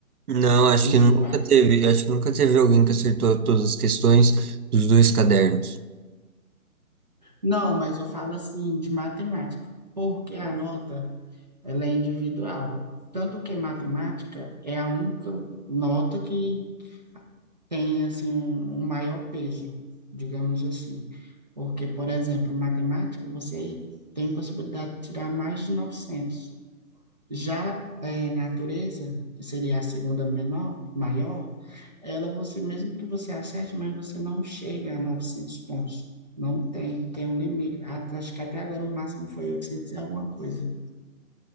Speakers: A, on the right (about 85°); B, on the right (about 30°).
A: não, acho
B: os
A: que nunca
B: quatro
A: teve, acho que nunca teve alguém que acertou todas as questões dos dois cadernos.
B: Não, mas eu falo assim, de matemática, porque a nota, ela é individual. Tanto que matemática é a única nota que tem assim um, um maior peso, digamos assim. Porque, por exemplo, matemática, você tem possibilidade de tirar mais de 900. Já eh, natureza, que seria a segunda menor, maior, ela você mesmo que você acerte, mas você não chega a 900 pontos. Não tem, tem um limite. Até- Acho que até agora o máximo foi 800 e alguma coisa.